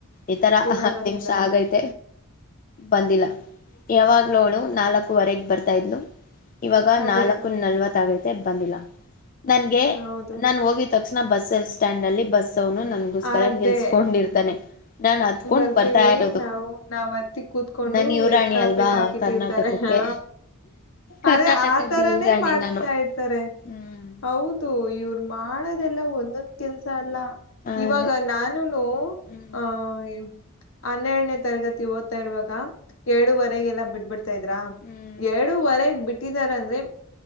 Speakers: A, on the left (about 40°); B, on the left (about 65°).
A: ಈ ತರ
B: ಇನ್ನ
A: ಹತ್ತು
B: ಬಂದಿಲ್ಲ
A: ನಿಮಿಷ ಆಗೈತ ಬಂದಿಲ್ಲ ಯಾವಾಗ್ಲ ಅವಳು ನಾಲ್ಕುವರೆಗೆ ಬರ್ತಾ ಇದ್ಲು ಇವಾಗ
B: ಅದೇ
A: ನಾಲ್ಕು ನಲ್ವತ್ ಆಗತೆ ಬಂದಿಲ್ಲ ನನ್ಗೆ
B: ಹೌದು
A: ನಾನು ಹೋಗಿ ತಕ್ಷಣ ಬಸ್ ಸ್ಟ್ಯಾಂಡ್ ಅಲ್ಲಿ ಬಸ್ ನನಗೋಸ್ಕರ
B: ಅದೇ
A: ನಿಲ್ಸ್ಕೊಂಡಿರ್ತಾನೆ ನಾನ್ ಹತ್ಕೊಂಡ್
B: ಬರ್ತೀವಿ
A: ಬರ್ತಾ ಇರೋದು
B: ನಾವು ನಾವ್ ಹತ್ತಿಗ್ ಕೂತ್ಕೊಂಡು
A: ನಾನು ಯುವರಾಣಿ
B: ರೆಡ್ ಕಾರ್ಪೆಟ್
A: ಅಲ್ವಾ
B: ಹಾಕಿಟ್ಟಿರ್ತಾರೆ
A: ಕರ್ನಾಟಕಕ್ಕೆ
B: ಹ
A: ಕರ್ನಾಟಕದ
B: ಅದೇ ಆ ತರಾನೇ
A: ಯುವರಾಣಿ
B: ಮಾಡ್ತಾ
A: ನಾನು
B: ಇರ್ತಾರೆ
A: ಹ್ಮ್
B: ಹೌದು ಇವ್ರ ಮಾಡೋದೆಲ್ಲ ಒಂದೊಂದ್ ಕೆಲ್ಸ ಅಲ್ಲ
A: ಅದೇ
B: ಇವಾಗ ನಾನು
A: ಹ್ಮ್
B: ಆಹ ಹನ್ನೆರಡನೇ ತರಗತಿ ಓದ್ತಾ ಇರುವಾಗ ಏರಡೂುವರೆಗೆಲ್ಲ ಬಿಟ್ಬಿಡ್ತಾ ಇದ್ರ
A: ಹ್ಮ್
B: ಏರ ಡೂುವರೆಗೆ ಬಿಟ್ಟ ಅಂದ್ರೆ